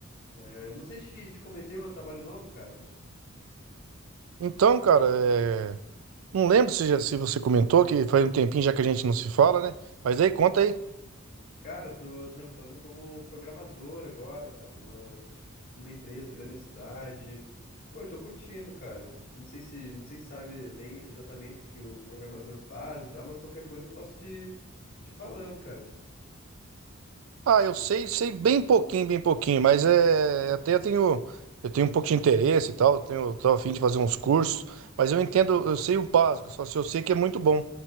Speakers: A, on the left; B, on the right.
A: É, não sei se te, te comentei meu trabalho novo, cara.
B: Então, cara, é... não lembro se, já, se você comentou que faz um tempinho já que a gente não se fala, né? Mas aí, conta aí.
A: Cara, eu tô trampando como programador agora, cara, numa, numa empresa aqui da minha cidade. Pô, eu tô curtindo, cara. Não sei se, não sei se sabe bem exatamente o que, que um programador faz e tal, mas qualquer coisa eu posso te, te falando, cara.
B: Ah, eu sei, sei bem pouquinho, bem pouquinho, mas é até eu tenho eu tenho um pouco de interesse e tal, eu tenho eu tô a fim de fazer uns cursos, mas eu entendo, eu sei o básico, só se eu sei que é muito bom,